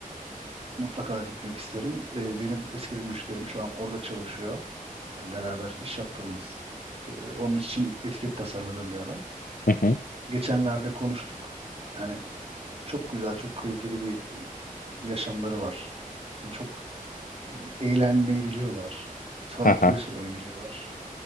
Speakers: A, on the right (about 45°); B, on the left (about 70°).
A: Mutlaka gitmek isterim. Ee, benim eski bir müşterim şu an orada çalışıyor. Yani beraber iş yaptığımız. e, onun için etiket tasarladığım bir adam.
B: Hı hı.
A: Geçenlerde konuştuk. Yani çok güzel, çok kaliteli bir yaşamları var. Yani çok eğlenmeyi biliyorlar. Sağlıklı
B: Aha.
A: yaşamayı biliyorlar.